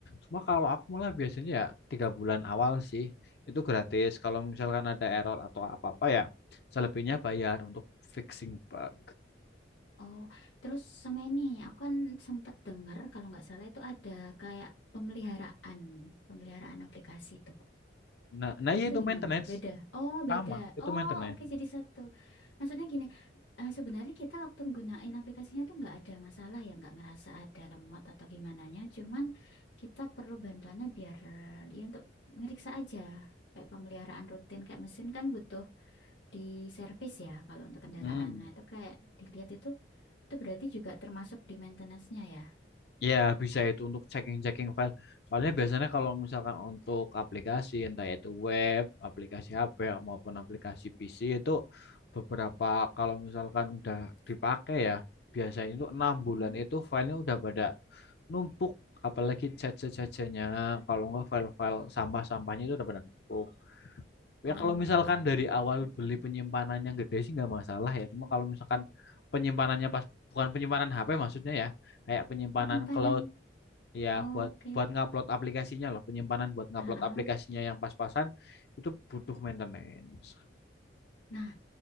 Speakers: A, on the left; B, on the left.
A: cuma kalau aku malah biasanya ya tiga bulan awal sih itu gratis kalau misalkan ada error atau apa apa ya selebihnya bayar untuk fixing bug
B: Oh, terus sama ini aku kan sempat dengar kalau nggak salah itu ada kayak pemeliharaan, pemeliharaan aplikasi itu.
A: nah nah iya
B: Itu
A: itu
B: gimana?
A: maintenance
B: Beda. Oh,
A: sama
B: beda.
A: itu
B: Oh,
A: maintenance
B: oke jadi satu. Maksudnya gini, eh, sebenarnya kita waktu gunain aplikasinya tuh nggak ada masalah ya, nggak ngerasa ada lemot atau gimananya. Cuman kita perlu bantuannya biar ya untuk ngeriksa aja. Kayak pemeliharaan rutin, kayak mesin kan butuh di servis ya kalau untuk kendaraan.
A: hmm.
B: Nah, itu kayak dilihat itu, itu berarti juga termasuk di maintenance-nya ya.
A: Ya, bisa itu untuk checking-checking file. Soalnya biasanya kalau misalkan untuk aplikasi, entah itu web, aplikasi HP, maupun aplikasi PC itu beberapa kalau misalkan udah dipakai ya, biasanya itu enam
B: mm
A: bulan itu filenya udah pada numpuk, apalagi caca-cacanya, kalau nggak file-file sampah-sampahnya itu udah pada numpuk. Ya
B: Oh,
A: kalau misalkan dari awal
B: mm-mm.
A: beli penyimpanan yang gede sih nggak masalah ya. Cuma kalau misalkan penyimpanannya pas bukan penyimpanan HP maksudnya ya, kayak penyimpanan
B: penyimpanan.
A: cloud Ya,
B: Oke.
A: buat buat ngupload aplikasinya loh, penyimpanan buat ngupload
B: Ah, ah.
A: aplikasinya yang pas-pasan itu butuh maintenance.
B: Nah.